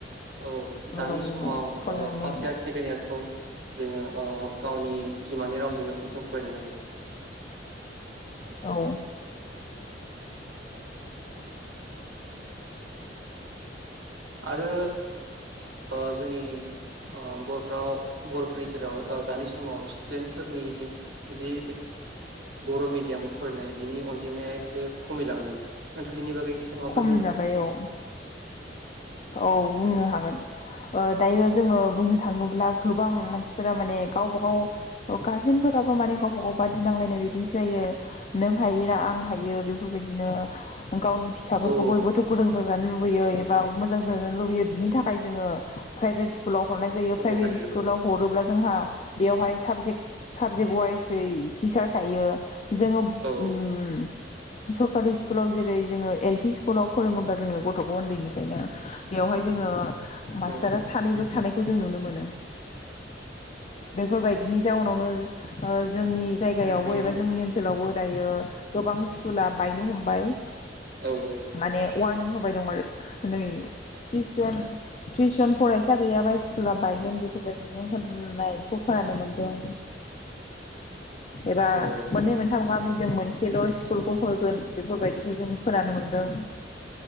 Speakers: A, on the right; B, on the left.
A: औ
B: बर'
A: दानि
B: रावजोंनो
A: समाव
B: फरायनानै
A: ओ फार्स्ट इयार सेकेणड इयारखौ जोङो ओ गावनि बिमानि रावजोंनो जों फरायनो हायो।
B: औ।
A: आरो ओ जोंनि ओ बर' राव बर'फोरनि जेराव ओ दानि समाव स्टुडेन्टफोरनि जि बर' मिडियामाव फरायनाय बिनि अनजिमाया एसे खमिलांदों नोंथाङा बिनि बागै एसे माबाफोर
B: खम
A: बुंगोन
B: जाबाय
A: नामा
B: औ। औ बुंनो हागोन ओ दायो जोङो बुंनो थाङोब्ला गोबां मानसिफोरा माने गावबा गाव गारजेनफोराबो माने गावबा गाव बादि नांलायनाय बायदि जायो नों हायोना आं आं हायो बेफोर बायदिनो गावनि फिसाफोरखौ
A: औ
B: बयबोथ' गुदुं जाजानो लुबैयो एबा मोजां जाजानो लुबैयो बिनि थाखाय जोङो प्राइभेट स्कु स्कुलाव हरनाय जायो
A: औ
B: प्राइभेट
A: औ नागिरबोदों
B: स्कुलाव हरोब्ला जोंहा बेवहाय साबजेक साबजेक्ट वाइसै टिचार थायो। जोङो ओम
A: औ
B: सरकारि स्कुलाव जेरै जोङो एल पि स्कुलाव फोरोङोबा जोङो गथ'खौ उन्दैनिफ्रायनो बेवहाय जोङो। मास्टारा
A: उम
B: सानैल' थानायखौ जों नुनो मोनो। बेफोरबायदिनि जाउनावनो जोंनि जायगायावबो
A: उम
B: एबा जोंनि ओनसोलावबो दायो। गोबां स्कुला बायनो हमबाय
A: औ
B: माने। वारनिं होबाय दं आरो नै। ट्रिस जन ट्रिस जन फरायसा गैयाबा स्कुला बायगोन बेफोरबायदिनो होननायखौ खोनानो मोनदों। एबा
A: औ
B: मोननै मोनथाम गामि जों मोनसेल' स्कुलखौ होगोन बेफोरबायदिखौ जों खोनानो मोनो। दों